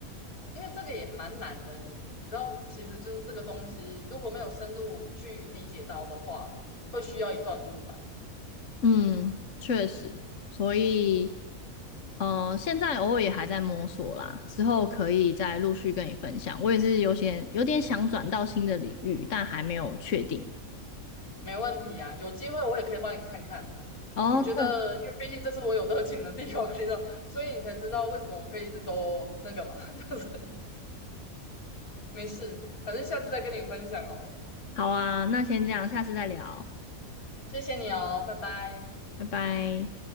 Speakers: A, on the left (about 80°); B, on the left (about 60°).
A: 因为这个也蛮难的，你知道，其实就是这个东西，如果没有深入去理解到的话，会需要一段路啦。
B: 嗯，确实，所以，呃，现在偶尔也还在摸索啦，之后可以再陆续跟你分享。我也是有些有点想转到新的领域，但还没有确定。
A: 没问题啊，有机会我也可以帮你看看。
B: 哦，
A: 我觉得，
B: 对，
A: 因为毕竟这是我有热情的地方，你知道，所以你才知道为什么我可以一直都那个吧，<laughs> 就是没事，反正下次再跟你分享好了。
B: 好啊，那先这样，下次再聊，
A: 谢谢你哦，拜拜。
B: 拜拜。